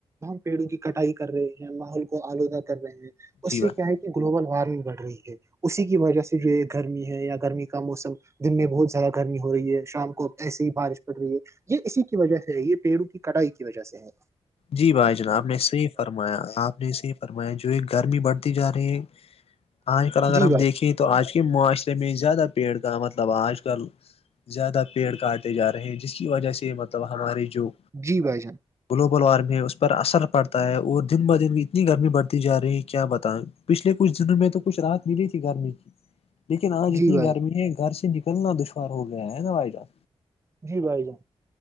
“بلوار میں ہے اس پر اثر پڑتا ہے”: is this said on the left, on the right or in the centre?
Left